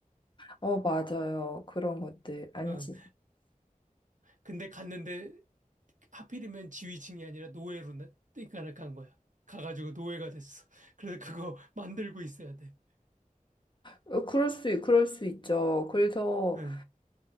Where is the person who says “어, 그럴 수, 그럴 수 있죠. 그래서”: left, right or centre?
Left